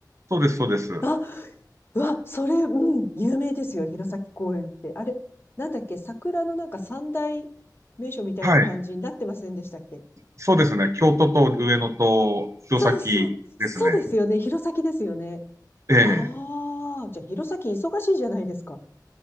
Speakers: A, on the right; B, on the left.
A: そうです、そうです。
B: あ、うわ、それ、うん、有名ですよ、弘前公園って。あれ、なんだっけ、桜のなんか三大名所みたいな感じになってませんでしたっけ
A: はい。そうですね。京都と上野と弘前ですね。
B: そうそう、そうですよね、弘前ですよね。
A: ええ
B: ああ、じゃあ弘前忙しいじゃないですか。